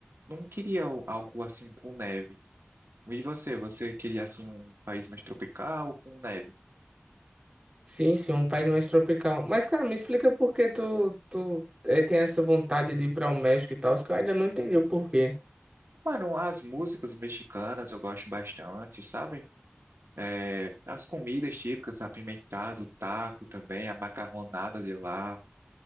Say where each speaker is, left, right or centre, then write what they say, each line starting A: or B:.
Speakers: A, on the right; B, on the right.
A: Não queria o- algo assim com neve. E você, você queria assim um país mais tropical ou com neve?
B: Sim, sim, um país mais tropical. Mas, cara, me explica por que tu, tu eh, tem essa vontade de ir para o México e tal, que eu ainda não entendi o porquê.
A: Mano, as músicas mexicanas eu gosto bastante, sabe? É, as comidas típicas, apimentado, o taco também, a macarronada de lá.